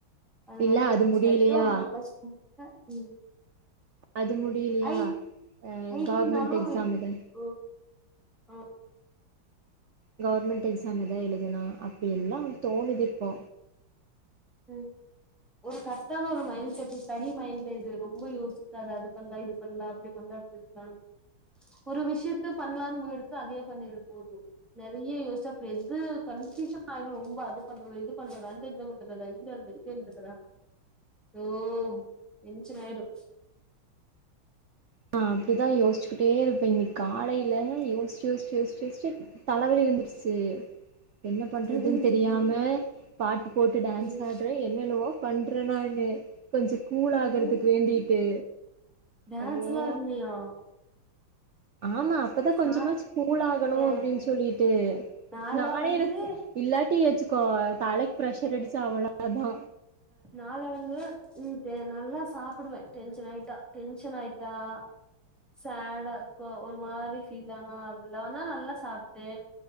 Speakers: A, in the centre; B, on the right.
A: அது
B: இல்ல
A: வேற ஒரு டீச்சர்
B: முடியலையா
A: ஆய்ட்டு ஒரு நல்ல ஸ்கூல்ல ம்
B: அது முடியலையா
A: ஐ ஐ
B: கவர்மெண்ட்
A: டி னாலு
B: எக்ஸாம் இதா
A: ஓ ஆ
B: கவர்மெண்ட் எக்ஸாம் எதா எழுதுனா அப்டி எல்லா தோனுது இப்போ
A: உம் ஒரு கரெக்டான ஒரு மைண்ட் செட் ஸ்டடி மைண்ட்ல இது ரொம்ப யோசிக்காத அது பண்லா இது பண்லா அப்டி பண்லா ஒரு விஷயத்த பண்லான் எடுத்தா அதயே பண்ணிரு போது நெறயா யோச்சா அப்றோ எது கன்பியூஷ ஆயிறு ரொம்ப அது பண்றது இது பண்றது அந்த எக்ஸாம் தா இந்த அ இத வந்துறதா ஓ டென்சாயிரு
B: நா அப்டிதா யோச்சுகிட்டே இருப்பே இன்னைக் காலேயில யோசிச்சட்டு யோசி யோசி யோச்சு தலவலி வந்துருச்சு என்ன பண்ணறதுன்
A: ம்
B: தெரியாம பாட்டு போட்டு டான்ஸ்
A: ம்
B: ஆடுற என்னென்னவோ பண்றேனானு கொஞ்சோ கூல் ஆகுறதுக்கு
A: ம்
B: வேண்டிட்டு
A: டான்ஸ்
B: ஐயோ
A: எல்லா ஆடுனியோ
B: ஆமா அப்பதா கொஞ்சமாச்சு
A: நா
B: கூல் ஆகணு
A: அ
B: அப்டின் சொல்லிட்டு
A: நாலா
B: நானே
A: வந்து
B: எனக்கு இல்லாட்டி வச்சுக்கோ தலைக்கு பிரரெஷர் அடிச்சு அவ்வளோ தா
A: நாளா வந்து உ நல்லா சாப்டுவே டென்ஷன் ஆயிட்டா டென்ஷன் ஆயிட்டா சேடா கோ ஒரு மாரி ஃபீல் ஆனா அப்டில்லானா நல்லா சாப்ட்டு